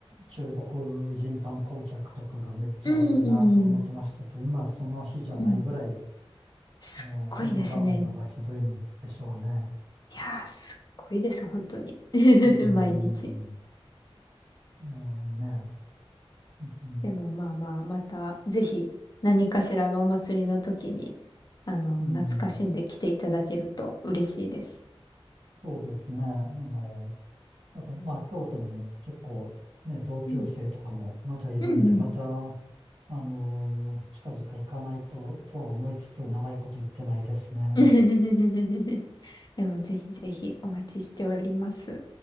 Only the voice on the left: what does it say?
うん。
うん。すっごいですね。
いやーすっごいです、本当に。<laughs>
毎日。
でもまあまあ、またぜひ何かしらのお祭りの時に、あの、
懐かしんで来ていただけると嬉しいです。
うん。うんうん。
<laughs> でもぜひぜひお待ちしております。